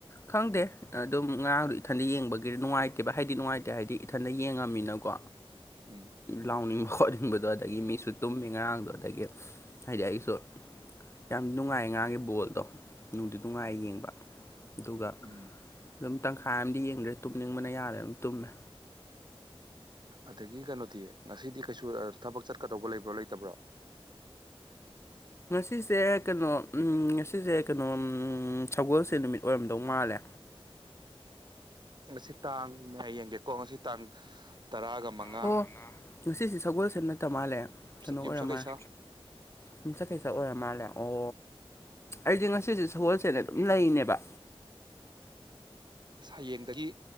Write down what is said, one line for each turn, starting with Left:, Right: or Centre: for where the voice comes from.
Left: ꯈꯪꯗꯦ ꯑꯗꯨꯝ ꯉꯔꯥꯡꯗꯣ ꯏꯊꯟꯗ ꯌꯦꯡꯕꯒꯤ ꯅꯨꯡꯉꯥꯏꯇꯦꯕ ꯍꯥꯏꯗꯤ ꯅꯨꯡꯉꯥꯏꯇꯦ ꯍꯥꯏꯗꯤ ꯏꯊꯟꯗ ꯌꯦꯡꯉꯃꯤꯅꯀꯣ
Right: ꯎꯝ
Left: ꯂꯥꯎꯅꯤꯡꯕ ꯈꯣꯠꯅꯤꯡꯕꯗꯣ ꯑꯗꯒꯤ ꯃꯤꯁꯨ ꯇꯨꯝꯃꯤ ꯉꯔꯥꯡꯗꯣ ꯑꯗꯒꯤ ꯍꯥꯏꯗꯤ ꯑꯩꯁꯨ ꯌꯥꯝ ꯅꯨꯡꯉꯥꯏ ꯉꯥꯒꯤ ꯕꯣꯜꯗꯣ ꯅꯨꯡꯗꯨ ꯅꯨꯡꯉꯥꯏ ꯌꯦꯡꯕ ꯑꯗꯨꯒ
Right: ꯎꯝ
Left: ꯑꯗꯨꯝ ꯇꯪꯈꯥꯏ ꯑꯃꯗꯤꯗꯤ ꯌꯦꯡꯗ꯭ꯔꯦ ꯇꯨꯝꯅꯤꯡꯕꯅ ꯌꯥꯔꯦ ꯑꯗꯨꯝ ꯇꯨꯝꯃꯦ
Right: ꯑꯗꯒꯤ ꯀꯩꯅꯣꯗꯤ ꯉꯁꯤꯗꯤ ꯀꯩꯁꯨ ꯊꯕꯛ ꯆꯠꯀꯗꯧꯕ ꯂꯩꯕ꯭ꯔꯣ ꯂꯩꯇꯕ꯭ꯔꯣ
Left: ꯉꯁꯤꯁꯦ ꯀꯩꯅꯣ ꯉꯁꯤꯁꯦ ꯀꯩꯅꯣ ꯁꯒꯣꯜꯁꯦ ꯅꯨꯃꯤꯠ ꯑꯣꯏꯔꯝꯗꯧ ꯃꯥꯜꯂꯦ
Right: ꯉꯁꯤ ꯇꯥꯡꯅꯦ ꯌꯦꯡꯒꯦꯀꯣ ꯉꯁꯤ ꯇꯥꯡ ꯇꯔꯥꯒ ꯃꯉꯥ
Left: ꯑꯣ ꯉꯁꯤꯁꯦ ꯁꯒꯣꯜꯁꯦꯜ ꯅꯠꯇ ꯃꯥꯜꯂꯦ ꯀꯩꯅꯣ
Right: ꯌꯨꯝꯁꯀꯩꯁ
Left: ꯑꯣꯏꯔ ꯃꯥꯜꯂꯦ ꯑꯗꯨꯨꯝ ꯆꯈꯩ ꯁꯛ ꯑꯣꯏꯔ ꯃꯥꯜꯂꯦ ꯑꯣ ꯑꯩꯗꯤꯦ ꯉꯁꯤꯁꯦ ꯁꯒꯣꯜꯁꯦꯅ ꯑꯗꯨꯝ ꯂꯩꯅꯦꯕ
Right: ꯍꯌꯦꯡꯗꯒꯤ